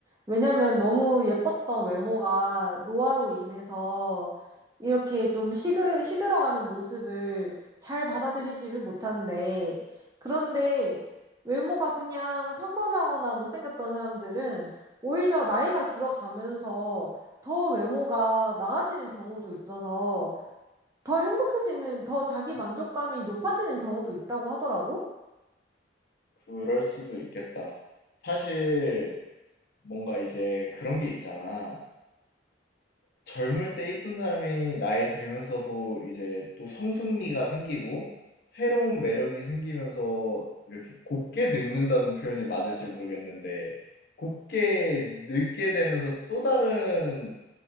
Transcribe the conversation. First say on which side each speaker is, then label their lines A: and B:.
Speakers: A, on the right (about 20°); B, on the left (about 60°).
A: 왜냐면 너무 예뻤던 외모가 노화로 인해서 이렇게 좀 시그, 시들어가는 모습을 잘 받아들이지를 못한대. 그런데 외모가 그냥 평범하거나 못생겼던 사람들은 오히려 나이가 들어가면서 더 외모가 나아지는 경우도 있어서 더 행복해지는, 더 자기 만족감이 높아지는 경우도 있다고 하더라고.
B: 그럴 수도 있겠다. 사실 뭔가 이제 그런 게 있잖아. 젊을 때 이쁜 사람이 나이 들면서도 이제 또 성숙미가 생기고 새로운 매력이 생기면서 이렇게 곱게 늙는다는 표현이 맞을지 모르겠는데 곱게 늙게 되면서 또 다른